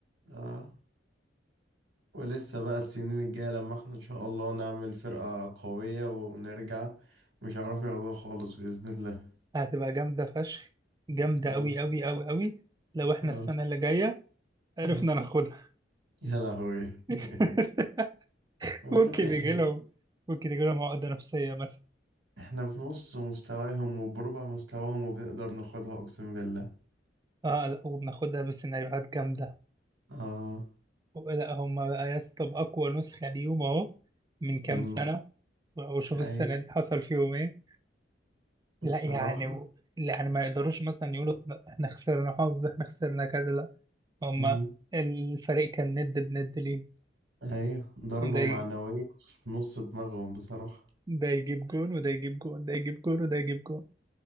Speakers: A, on the right; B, on the right.
A: اه ولسه بقى السنين الجاية لما احنا ان شاء الله نعمل فرقة قوية ونرجع مش هيعرفوا ياخدوها خالص بإذن الله
B: هتبقى جامده فشخ جامده
A: اه
B: قوي قوي قوي قوي لو احنا
A: اه
B: السنه اللي جايه عرفنا
A: اه
B: ناخدها
A: يا لهوي
B: <laughs>
A: <laughs> بقول
B: ممكن
A: لك
B: يجي
A: احنا
B: لهم ممكن يجي لهم عقده نفسيه مثلا
A: احنا في نص مستواهم وبربع مستواهم وبنقدر ناخدها اقسم بالله
B: اه لا وبناخدها بسيناريوهات جامده
A: اه
B: لا هم بقى يا اسطى بأقوى نسخة ليهم أهو من كام
A: امم
B: سنة وشوف
A: اي
B: السنة دي حصل فيهم إيه
A: بصراحة
B: لا يعني و... يعني ما يقدروش مثلا يقولوا إحنا خسرنا حظ إحنا خسرنا كذا لا هم
A: امم
B: الفريق كان ند بند ليه
A: ايوه ضربة
B: ده
A: معنوية
B: ي...
A: في نص دماغهم بصراحة
B: ده يجيب جون وده يجيب جون ده يجيب جون وده يجيب جون